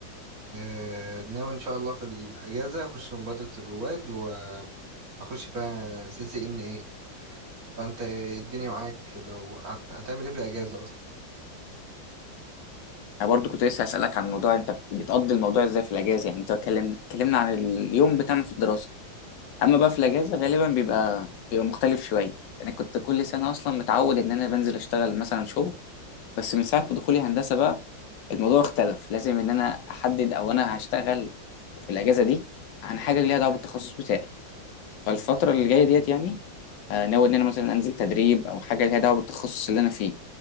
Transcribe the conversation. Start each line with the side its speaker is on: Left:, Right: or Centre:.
Right: أه ناوي ان شاء الله في الاجازه اخش مبادره الرواد وهخش فيها سي سي ان ايه فانت إيه الدنيا معاك لو هت- هتعمل ايه في الاجازه اصلا
Left: أنا برضو كنت لسه هسألك عن الموضوع أنت بتقضي الموضوع إزاي في الأجازة يعني أنت اتكلم اتكلمنا عن اليوم بتاعنا في الدراسة اما بقى في الاجازه غالبا بيبقى بيبقى مختلف شويه انا كنت كل سنه اصلا متعود ان انا بنزل اشتغل مثلا شغل بس من ساعه ما دخولي هندسه بقى الموضوع اختلف لازم ان انا احدد او انا هشتغل في الاجازه دي عن حاجه ليها دعوه بالتخصص بتاعي فالفتره اللي جايه ديت يعني آه، ناوي ان انا مثلا انزل تدريب او حاجه ليها دعوه بالتخصص اللي انا فيه